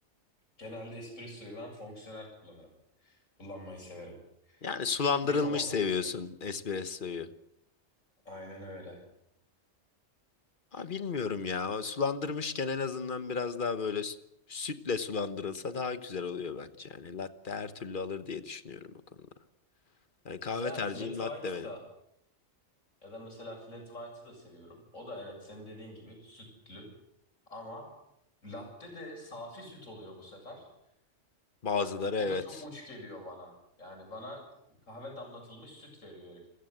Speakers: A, on the left; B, on the left.
A: genelde espressoyu ben fonksiyonel kullanırım. Kullanmayı severim.
B: Yani sulandırılmış
A: Uyumamam
B: seviyorsun
A: gerekiyor.
B: espressoyu.
A: Aynen öyle.
B: Ha, bilmiyorum ya. O Sulandırmışken en azından biraz daha böyle s- sütle sulandırılsa daha güzel oluyor bence. Yani latte her türlü alır diye düşünüyorum o konuda. Yani kahve
A: Ya
B: tercihim
A: flat
B: latte
A: white
B: benim.
A: da ya da mesela flat white'ı da seviyorum. O da evet senin dediğin gibi sütlü ama latte de safi süt oluyor bu sefer.
B: Bazıları
A: Ya o
B: evet.
A: da çok uç geliyor bana. Yani bana kahve damlatılmış süt veriyor herif.